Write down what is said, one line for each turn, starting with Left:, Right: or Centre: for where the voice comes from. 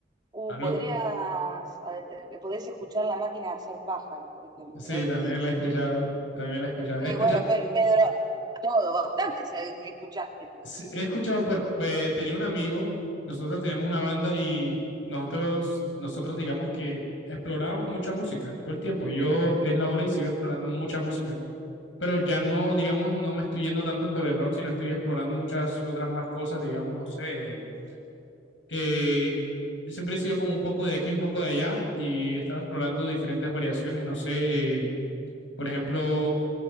Right: Uh,
Left: Algo,
Right: podrías, adentr- podés escuchar La Máquina de Hacer Pájaros, por ejemplo.
Left: sí,
Right: Es-
Left: también la he escuchado, también la he escuchado.
Right: Y
Left: He escuchado
Right: bueno, Pe- Pedro, todo, bastante se- escuchaste.
Left: Sí, He escuchado por, pues tenía un amigo, nosotros teníamos una banda y nosotros, nosotros digamos que explorábamos mucha música todo el tiempo. Yo es la hora y sigo explorando mucha música, pero ya no, digamos, no me estoy yendo tanto por el rock, sino estoy explorando muchas otras más cosas, digamos, no sé. eh, yo siempre he sido como un poco de aquí, un poco de allá y he estado explorando diferentes variaciones, no sé, eh, por ejemplo,